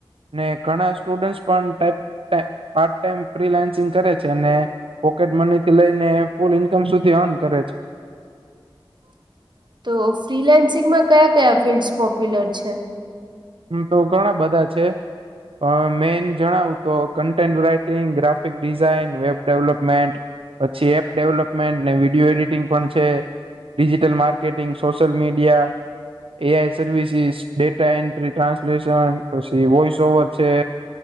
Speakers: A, on the right (about 80°); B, on the right (about 55°).
A: ને ઘણા સ્ટુડન્ટસ પણ ટાઈપ પાર્ટ ટાઈમ ફ્રીલાન્સિંગ કરે છે અને પોકેટ મની થી લઈને ફૂલ ઈન્કમ સુધી અર્ન કરે છે.
B: <inaudible> તો ફ્રીલેન્સિંગમાં કયા કયા ફિલ્ડસ પોપ્યુલર છે.
A: ઓમ તો ઘણા બધા છે. અ મેઈન જણાવું તો content writing, graphic design, web development પછી એપ ડેવલપમેન્ટ ને વિડીયો એડિટિંગ પણ છે digital marketing social media A. I. Services data and translation પછી વોઇસ ઓવર છે.